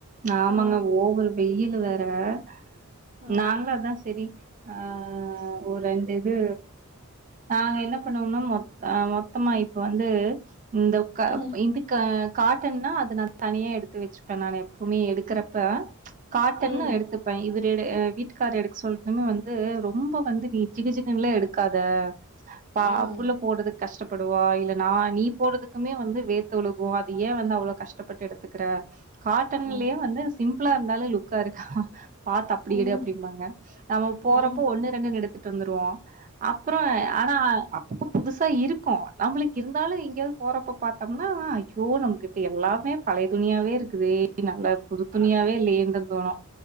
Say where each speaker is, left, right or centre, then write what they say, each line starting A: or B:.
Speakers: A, on the right; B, on the right.
A: ஆமாங்க
B: ஆ
A: ஓவர் வெயிலு வே ஆஹ்
B: ஆ
A: நாங்களு அதா செரி ஆஹ் ஒ ரெண்டு இது நாங்க என்ன பண்ணோம்னா மொத்த மொத்தமா இப்ப வந்து இந்த ஊக்காப
B: ம்
A: இதுக்க காட்டன்னா அதுனல் தனியா எடுத்து வச்சுப்பேன் நா எப்போமே எடுக்கறப்ப காட்டன்னு
B: ம்
A: எடுத்துப்பே இவ வீடு அ வீட்டுக்காரு எடுக்க சொல்துமே வந்து ரொம்ப வந்து நீ ஜிகுஜிகுன்லா எடுக்காத பா
B: ம்
A: புள்ள போடுதுக் கஷ்டப்படுவா இல்ல நா நீ போடுதுக்குமே வந்து வேத்து ஒழுகு அது ஏன் வந்து அவ்ளோ கஷ் டப்பட்டெடுத்துக்ற காட்டன்லயே
B: ம்
A: வந்து சிம் ப்லா இருந்தாலே லுக்கா இருக்காஹ் பாத்து அப்புடி
B: ம்
A: எடு அப்டின்பாங்க நம்ம போறப்போ
B: ம்
A: ஒன்னு ரெண்டுன்னு எடுத் எடுத்துட்டு வந்துருவா அப்பறோ ஆனா அப்பப்போ புதுசா இருக்கோ நம்புளுக்கு இருந்தாலு எங்கேயாவது போறப்ப பாத்தோம்னா ஐயோ நம்கிட்ட எல்லா மே பழைய துணியாவே இருக்குதே புது துணியாவே
B: ஆ
A: இல்லையேன்னு தா தோணு